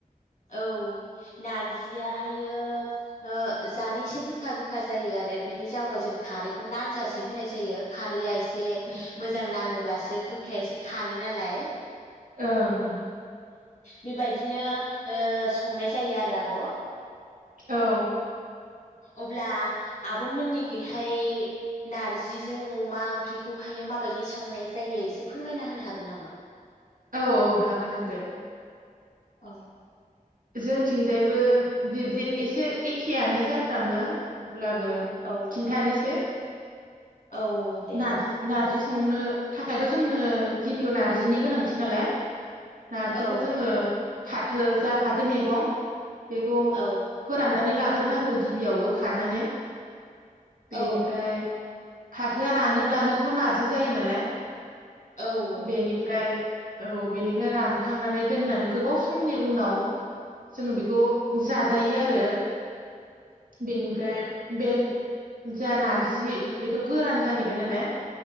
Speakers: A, on the left; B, on the right.
A: औ नारजि फायो जानैसो गोखा गोखा जायो आरो बिनि जाउनाव जों खारैखौ नांजासे होनाय जायो खारैआ इस से
B: ओं
A: मोजां नाङो ब्लासो गोखाया एसे खारो नालाय
B: ओं ओं
A: बेबायदिनो संनाय जायो आरो आब'
B: औ
A: अब्ला आब' मोननिखैहाय नारजिजों अमा ओंख्रिखौहायो माबायदि संनाय जायो एसे फोरमायना होनो हागोन नामा
B: औ औ हागोन हागोन
A: औ
B: जोंथिंजायबो बिबदि एसे एखेयानो जाफ्रामो अब्लाबो
A: औ
B: खिन्थानोसै।
A: औ दे
B: नार्ज नार्जि। संनो थाखायथ' जोंनो गिबियाव नार्जानि गोनांथि नालाय। नार्जिखौ
A: औ
B: जोङो। फाथो। जा फाथो मैेगं बेखौ
A: औ औ
B: फोराननानै लागोन। नांगौ गिबियावबो खानानै। बेनिफ्राय।
A: औ
B: फाथोआ रानोब्लानोथ' नारजि जायो नालाय।
A: औ
B: बेनिफ्राय। औ बेनिफ्राय रानखांनानै दोननानै गोबाव समनि। उनाव जोङो बेखौ जाजायो आरो। बेनिफ्राय। बे जा नारजि बेथ' गोरान जाहैबाय नालाय।